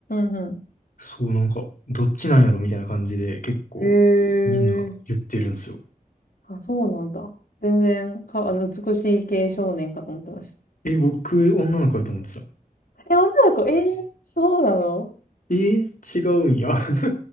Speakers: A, on the left; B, on the left.
A: ん。うん
B: そうなんか、どっちなんやろみたいな感じで結構みんんな言ってるんですよ。
A: うん。へえ。あ、そうなんだ。全然、か、あの、美しい系少年かと思ってました。
B: え、僕、女の子だと思ってた。
A: え、女の子、えー、そうなの
B: えー、違うんや。<laughs> は